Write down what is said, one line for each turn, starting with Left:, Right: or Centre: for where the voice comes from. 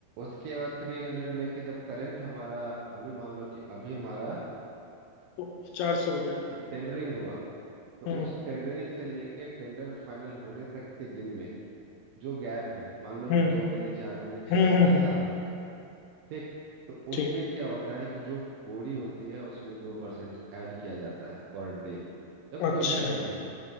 Right: उसके बाद थ्री हंड्रेड लेके जब करंट हमारा अभी मान लो कि अभी हमारा
Left: तो चार सौ रुपया
Right: टेंडरिंग हुआ तो
Left: हम्म
Right: उस टेंडरिंग से लेके टेंडर फाइनल होने तक के दिन में जो गैप है मान लो कि
Left: हम्म
Right: दो महीने चार महीने छह
Left: हम्म
Right: महीने
Left: हम्म,
Right: या साल
Left: हम्म,
Right: भर का ठीक तो
Left: ठीक
Right: उसमें क्या होता है कि जो बोरी होती है उसमें दो परसेंट ऐड किया जाता है पर डे या
Left: अच्छा
Right: कोई भी आइटम है